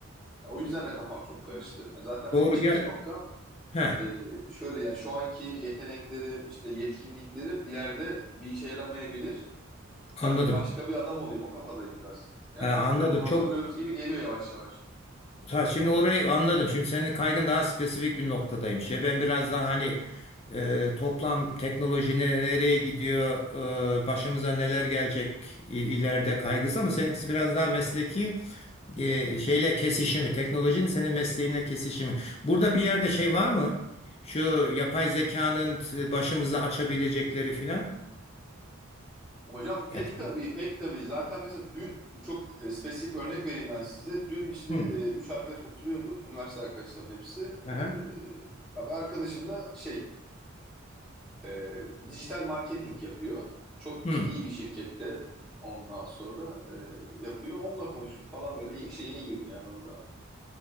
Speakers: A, in the centre; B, on the left (about 30°).
A: O yüzden de kafam çok karıştı. Yani Zaten
B: Doğru
A: benim çıkış
B: ya.
A: noktam
B: He,
A: e, şöyle yani şu anki yeteneklerim, işte yetkinliklerim ileride bir işe yaramayabilir.
B: anladım.
A: Ben başka bir adam olayım o kafadayım biraz. Yani
B: Ha,
A: solumuzu
B: anladım.
A: hazırlıyoruz
B: Çok
A: gibi geliyor yavaş yavaş.
B: Ta şimdi orayı anladım. Şimdi senin kaygın daha spesifik bir noktadaymış. Ya ben biraz daha hani e, toplam teknoloji ne- nereye gidiyor, e, başımıza neler gelecek i- ileride kaygısı ama seninkisi biraz daha mesleki e, şeyle kesişimi, teknolojinin senin mesleğinle kesişimi. Burada bir yerde şey var mı? Şu yapay zekanın e, başımıza açabilecekleri filan.
A: Hocam pek
B: Yani-
A: tabii pek tabii. Zaten mesela dün bu çok e, spesifik bir örnek vereyim ben size. Dün işte
B: Hı,
A: e, üç arkadaş oturuyorduk. Üniversite arkadaşlarım hepsi.
B: aha,
A: E, abi arkadaşım da şey e, dijital marketing yapıyor. Çok
B: hı,
A: işte iyi bir şirkette ondan sonra e, yapıyor. Onunla konuştuk falan böyle işe yeni girdi yani orada.